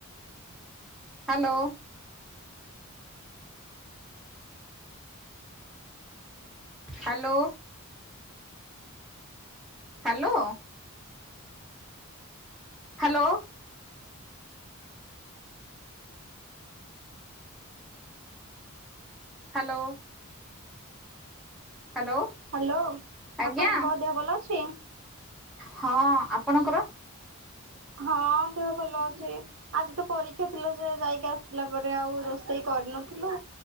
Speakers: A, in the centre; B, on the right (about 60°).
A: hello hello hello hello hello hello,
B: hello
A: ଆଜ୍ଞା
B: ଆପଣଙ୍କ ଦେହ ଭଲ ଅଛି?
A: ହଁ ଆପ୍ ପଣଙ୍କର
B: ହଁ ଅ ଦେହ ଭଲ ଅଛି। ଆଜି ତ ପରୀକ୍ଷା ଥିଲା ଯେ ଯାଇକି ଆସିଲା ପରେ ଆଉ ରୋଷେଇ କରିନଥିଲୁ